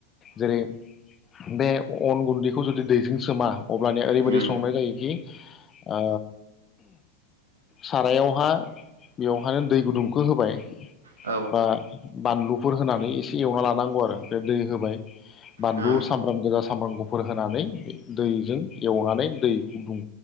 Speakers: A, on the left; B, on the right.
A: जेरै बे अन गुन्दैखौ जुदि दैजों सोमा अब्लानिया ओरैबायदि
B: उम
A: संनाय जायो। ओ सारायावहा बेवहानो दै गुदुंखौ होबाय
B: औ
A: बा बानलुफोर होनानै एसे एवना लानांगौ आरो बे दै होबाय बानलु
B: औ
A: सामब्राम गोजा सामब्राम गुफुर होनानै दैजों एवनानै दै गुदुं